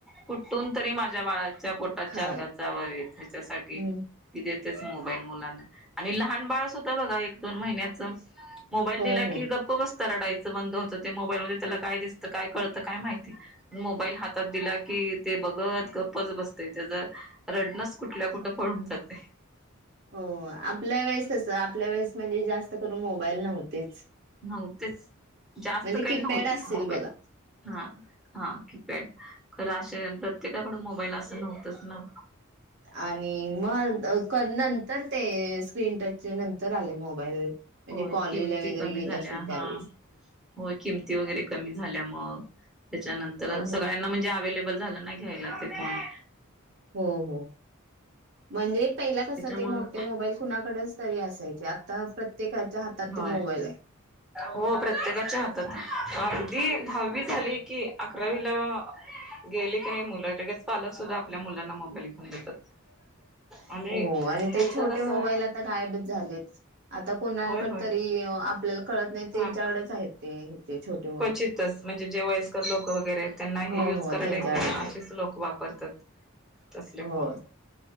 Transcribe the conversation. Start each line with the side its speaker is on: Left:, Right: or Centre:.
Centre: कुठून तरी माझ्या बाळाच्या पोटात
Right: खाव
Centre: चार घास जावावेत ह्याच्यासाठी
Right: हम्म
Centre: ती देतेच मोबाईल मुलांना आणि लहान बाळ सुध्दा होत बघा एक दोन महिन्याच मोबाईल
Right: हो
Centre: दिला
Right: हो.
Centre: की गप्प बसतं रडायचं बंद होतं ते मोबाईल मध्ये त्याला काय दिसतं काय कळतं काय माहिती मोबाईल हातात दिला की ते बघत गप्पच बसतय त्याच रडनचं कुठल्या कुठं पळून जातय
Right: हो आपल्या वेळेस कसं आपल्या वेळेस म्हणजे जास्त करून मोबाईल नव्हतेच
Centre: नव्हतेच जास्त
Right: म्हणजे
Centre: काही
Right: कीपॅड
Centre: नव्हतेच
Right: असतील
Centre: मोबाईल
Right: बघा.
Centre: हा हा की पॅड खरं अशा प्रत्येकाकडं मोबाईल असं. नव्हतच ना
Right: आणि मग नंतर ते स्क्रीन टचचे नंतर आले मोबाईल म्हणजे
Centre: होय
Right: कॉलेजला
Centre: किमती
Right: वगैरे
Centre: कमी
Right: गेलं
Centre: झाल्या
Right: असेल त्यावेळेस
Centre: हा होय किमती वगैरे कमी झाल्या मग त्याच्यानंतर
Right: हो
Centre: सगळ्यांना म्हणजे अव्हेलेबल झालं ना घ्यायला ते पण <inaudible>
Right: हो हो म्हणजे पहिला कसं
Centre: त्याच्यामुळं
Right: ते मोठे मोबाईल कुणाकडंच तरी असायचे. आता प्रत्येकाच्या हातात
Centre: होय
Right: ते मोबाईलय <unintelligible>
Centre: हो प्रत्येकाच्या हातातय अगदी दहावी झाली कि, अकरावीला गेले का नाही मुलं लगेच पालक सुद्धा आपल्या मुलांना मोबाईल घेऊन देतात आणि
Right: हो आणि
Centre: त्यांचं
Right: ते छोटे
Centre: कसं
Right: मोबाईल आता आता गायबच झालेत. आता कोणाकडे
Centre: होय होय
Right: तरी आपल्याला कळत नाही त्यांच्याकडेच
Centre: हा
Right: आहेत. ते ते छोटो
Centre: क्वचितच म्हणजे जे वयस्कर लोकं वगैरे त्यांना हे
Right: हो
Centre: यूज
Right: हो
Centre: करायला
Right: त्यांच्याकडेच
Centre: येत नाय ना असेच
Right: आहेत
Centre: लोक वापरतात. तसले
Right: होय.
Centre: फोन